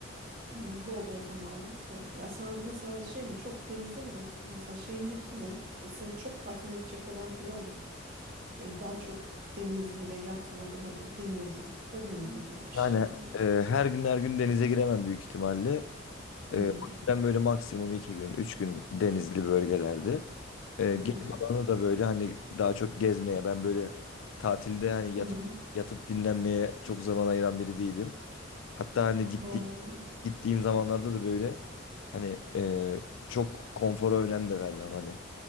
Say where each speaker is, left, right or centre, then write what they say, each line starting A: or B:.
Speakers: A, on the right (about 45°); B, on the left (about 80°).
A: Hmm, bol bol zamanınız var. Ya sen mesela şey mi çok denizde mi vakit mesela şeyindeki ne? E, Seni çok tatmin edecek olan plan ne? Böyle daha çok denizli ve yatmalı hani dinleneyim, kafa dinleyeyim gibi bir şey
B: Yani
A: mi
B: e, her gün her gün denize giremem büyük ihtimalle.
A: Hmm,
B: E, o yüzden böyle maksimum 2 gün, 3 gün denizli bölgelerde. E,
A: hmm,
B: geri kalanı da böyle hani daha çok gezmeye. Ben böyle tatilde hani yatıp
A: hmm.
B: yatıp dinlenmeye çok zaman ayıran biri değilim. Hatta hani gitti,
A: Anladım.
B: gittiğim zamanlarda da böyle hani e, çok konfora önem de vermem hani.